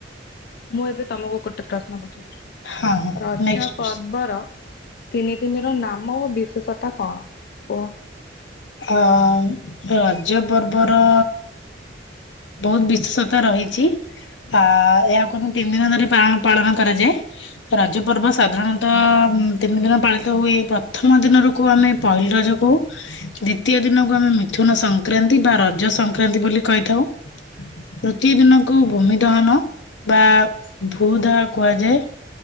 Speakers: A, on the left; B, on the left.
A: ମୁଁ ଏବେ ତମକୁ ଗୋଟେ ପ୍ରଶ୍ନ ପଚାରୁଛି।
B: ହଁ ହଁ
A: ରଜ
B: ନେକ୍ସଟ୍ କୋଶ୍ଚିନ୍।
A: ପର୍ବ ର ତିନି ଦିନିର ନାମ ଓ ବିଶେଷତା କଣ କୁହ।
B: ଅ ରଜ୍ ପର୍ବର ବହୁତ ବିଶେଷତା ରହିଛି। ଆ ଏହାକୁ ଆମେ ତିନି ଦିନ ଧରି ପାଳନ କରାଯାଏ। ରଜ ପର୍ବ ସାଧାରଣତଃ
A: ହଁ,
B: ତିନି ଦିନ ପାଳିତ ହୁଏ ପ୍ରଥମ ଦିନ ରୁ କୁ ଆମେ ପହିଲ ରଜ କହୁ। ଦ୍ଵିତୀୟ ଦିନକୁ ଆମେ ମିଥୁନ ସଂକ୍ରାନ୍ତି ବା ରଜ ସଂକ୍ରାନ୍ତି ବୋଲି କହିଥାଉ। ତୃତୀୟ ଦିନକୁ ଭୂମି ଦହନ ବା ଭୂ ଦାହ କୁହାଯାଏ।